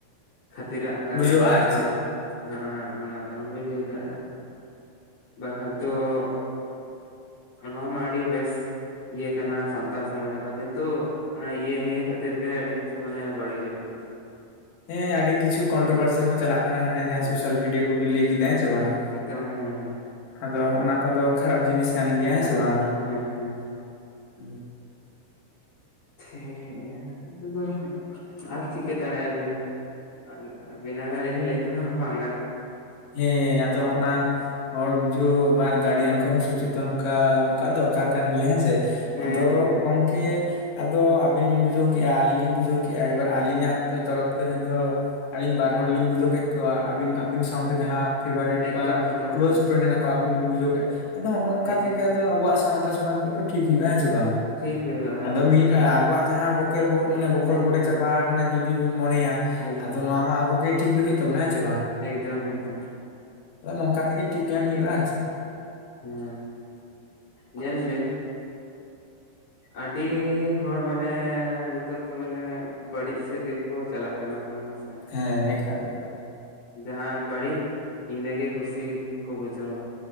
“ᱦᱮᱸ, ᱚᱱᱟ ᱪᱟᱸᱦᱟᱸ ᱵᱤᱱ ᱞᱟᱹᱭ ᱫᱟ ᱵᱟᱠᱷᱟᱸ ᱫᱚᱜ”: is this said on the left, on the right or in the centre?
Left